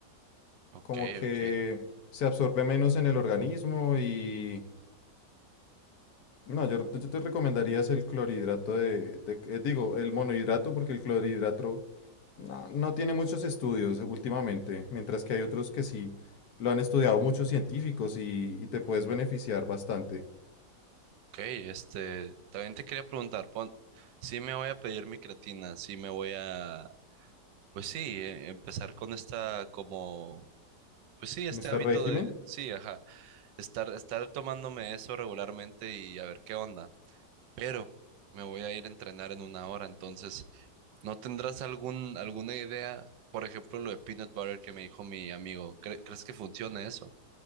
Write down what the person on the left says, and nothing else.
Como que
se absorbe menos en el organismo y... No, yo, yo te recomendaría es el clorhidrato de, de- eh, digo, el monohidrato porque el clorhidrato no, no tiene muchos estudios últimamente, mientras que hay otros que sí lo han estudiado muchos científicos y y te puedes beneficiar bastante.
en este
régimen,